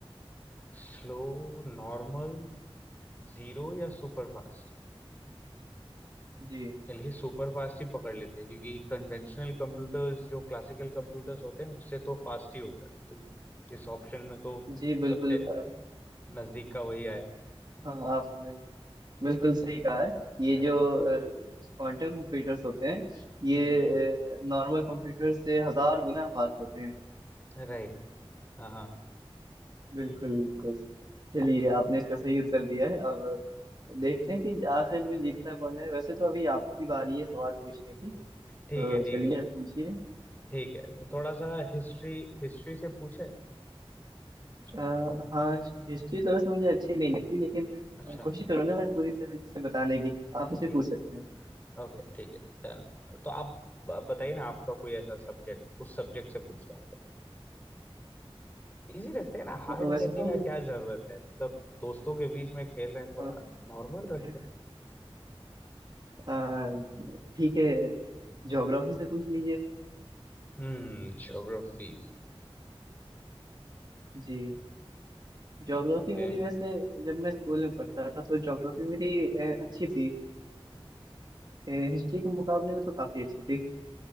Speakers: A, on the left; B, on the right.
A: स्लो नॉर्मल जीरो या सुपर फास्ट
B: जी
A: चलिए सुपर फास्ट ही पकड़ लेते हैं क्योंकि कन्वेंशनल कंप्यूटर्स जो क्लासिकल कंप्यूटर्स होते हैं उससे तो फास्ट ही होता है तो इस ऑप्शन में तो
B: जी बिल्कुल
A: सबसे
B: अ,
A: नजदीक का वही आया
B: हाँ आपने बिल्कुल सही कहा है ये
A: अरे
B: जो क्वांटम कंप्यूटर्स होते हैं ये
A: हम्म हम्म,
B: नॉर्मल कंप्यूटर से हजार गुना फास्ट होते हैं
A: राइट हाँ हाँ
B: बिल्कुल बिल्कुल चलिए आपने इसका सही उत्तर दिया है अब देखते हैं कि आखिर में जीतता कौन है वैसे तो अभी आपकी बारी है सवाल पूछने की तो
A: ठीक है ठीक
B: चलिए
A: है
B: आप पूछिए
A: ठीक है तो थोड़ा सा हिस्ट्री हिस्ट्री से पूछे
B: अ, हाँ हिस्ट्री तो वैसे मुझे अच्छी नहीं लगती लेकिन
A: अच्छा
B: अ, कोशिश करूंगा मैं पूरी तरीके से बताने की आप उसे
A: ठीक
B: पूछ
A: है
B: सकते हैं
A: ओके ठीक है डन तो आप ब- बताइए ना आपका कोई ऐसा सब्जेक्ट उस सब्जेक्ट से पूछता हूँ इजी रखते हैं ना हार्ड
B: अ, वैसे
A: करने
B: तो
A: का क्या जरूरत है मतलब दोस्तों के बीच में खेल रहे हैं थोड़ा
B: अ,
A: नॉर्मल
B: <laughs>
A: रखते हैं
B: आ, ठीक है ज्योग्राफी से पूछ लीजिए
A: Hmm geography
B: जी ज्योग्राफी
A: ओके
B: मेरी वैसे जब मैं स्कूल में पढ़ता था तो ज्योग्राफी मेरी अ, अच्छी थी हिस्ट्री के मुकाबले में तो काफी अच्छी थी